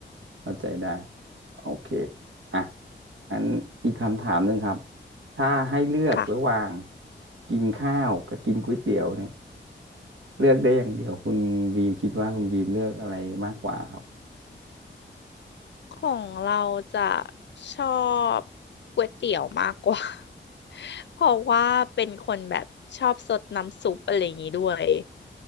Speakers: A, on the right (about 80°); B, on the left (about 65°).
A: เข้าใจได้โอเคอ่ะอันอีกคำถามหนึ่งครับถ้าให้เลือกระหว่าง
B: ค่ะ
A: กินข้าวกับกินก๋วยเตี๋ยวเนี่ย เลือกได้อย่างเดียวคุณบีมคิดว่าคุณบีมเลือกอะไรมากกว่าครับ
B: ของเราจะชอบก๋วยเตี๋ยวมากกว่า <laughs> เพราะว่าเป็นคนแบบชอบซดน้ำซุปอะไรอย่างนี้ด้วย